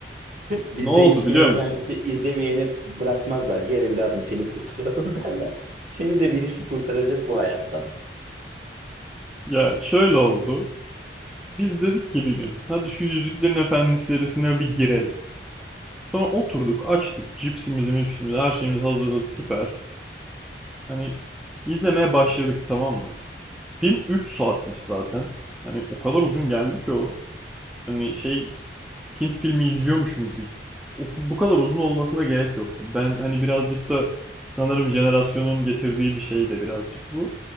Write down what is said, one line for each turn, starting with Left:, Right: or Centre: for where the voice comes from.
Right: bizde
Centre: Ne oldu
Right: Yüzüklerin
Centre: biliyor musun?
Right: Efendisi izlemeyeni bırakmazlar. Gel evladım seni kurtaralım <laughs> derler. Seni de birisi kurtaracak bu hayattan.
Centre: Ya şöyle oldu. Biz dedik ki bir gün hadi şu Yüzüklerin Efendisi serisine bir girelim. Sonra oturduk açtık cipsimizi mipsimizi her şeyimiz hazırladı süper. Hani izlemeye başladık tamam mı? Film 3 saatmiş zaten. Hani o kadar uzun geldi ki o. hani şey Hint filmi izliyormuşum gibi. O, bu kadar uzun olmasına gerek yoktu. Ben hani birazcık da sanırım jenerasyonun getirdiği bir şey de birazcık bu.